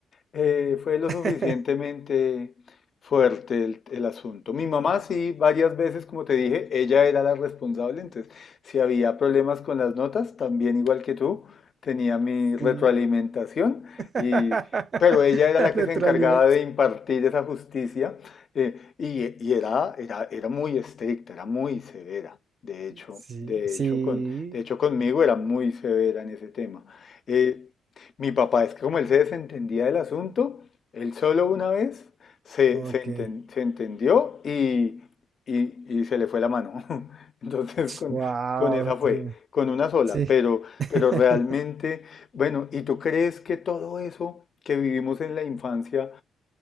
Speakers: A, on the left; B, on the right.
A: Eh, fue lo
B: <laughs>
A: suficientemente fuerte el, el asunto. Mi mamá sí, varias veces, como te dije, ella era la responsable, entonces si había problemas con las notas, también igual que tú, tenía mi retroalimentación,
B: Sí. <laughs>
A: y, pero ella era la que
B: Retroalimento.
A: se encargaba de impartir esa justicia eh, y, y era, era, era muy estricta, era muy severa. De hecho,
B: Sí,
A: de
B: sí.
A: hecho, con, de hecho conmigo era muy severa en ese tema. Eh, mi papá, es que como él se desentendía del asunto, él solo una vez se,
B: Ok.
A: se, enten- se entendió y, y- y se le fue la mano. <laughs> Entonces, con,
B: Wow,
A: con esa fue,
B: tremendo.
A: con una sola,
B: Sí.
A: pero,
B: <laughs>
A: pero realmente, bueno, ¿y tú crees que todo eso que vivimos en la infancia